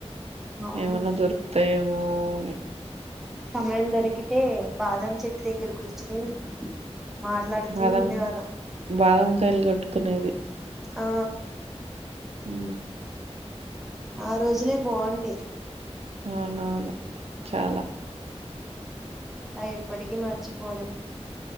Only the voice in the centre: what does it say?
అవును
సమయం దొరికితే బాదం చెట్టు దగ్గర కూర్చుని మాట్లాడుతూ
ఉండేవాళ్ళం
ఆ
ఆ రోజులే బాగుండే
అవి ఎప్పటికి మర్చిపోలెం